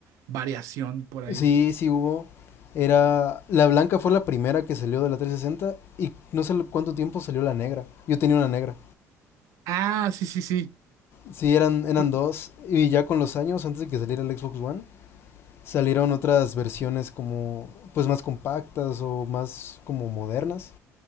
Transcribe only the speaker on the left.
Sí, sí hubo. Era... La blanca fue la primera que salió de la 360 y no sé cuánto tiempo salió la negra. Yo tenía una negra.
Sí, eran, eran
dos. Y ya con los años, antes de que saliera el Xbox One, salieron otras versiones como pues más compactas o más como modernas.